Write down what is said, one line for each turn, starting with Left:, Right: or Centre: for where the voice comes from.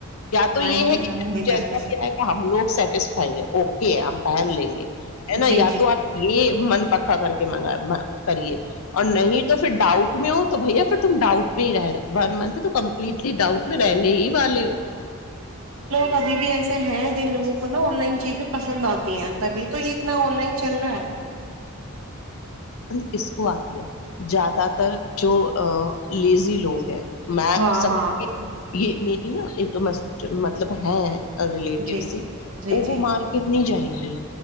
Left: تو
Right: ہاں
Left: یہ
Right: انتظار
Left: ہے کہ
Right: نہیں کرتے
Left: ایسا کیائے گ ہم لوگ سیٹسفائی ہیں اوکے ہے ہم پہن لیں گے ہے نا
Right: جی
Left: یا
Right: جی
Left: تو آپ یہ من پکا کر کے منگا کرے اور نہیں تو پھر ڈاؤٹ میں ہو تو بھیا پھر تم ڈاؤٹ میں ہی رہ ون منتھ تو کمپلیٹلی ڈاؤٹ میں رہ نہیں یہ والے ہو
Right: کبھی بھی ایسے ہیں ہیں جن لوگوں کو نا آن لائن چیزیں پسند آتی ہیں تبھی تو یہ اتنا آن لائن چل رہا ہے
Left: کسک زیادہ تر جو لیزی لوگ ہیں میں
Right: ہاں
Left: ستی
Right: ہاں
Left: یہ می ج نا ایک مسٹ مطلب ہے ریلیٹیو
Right: جی
Left: س
Right: جی
Left: وہ
Right: جی
Left: وہ مارکٹ نہیں جائیں گی